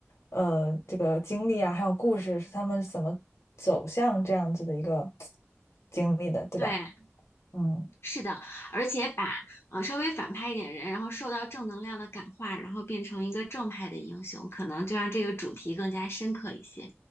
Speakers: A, on the left (about 90°); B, on the left (about 65°).
A: 呃，这个经历啊，还有故事是他们怎么走向这样子的一个经历的，对吧？
B: 对，
A: 嗯
B: 是的，而且把呃稍微反派一点人，然后受到正能量的感化，然后变成一个正派的英雄，可能就让这个主题更加深刻一些。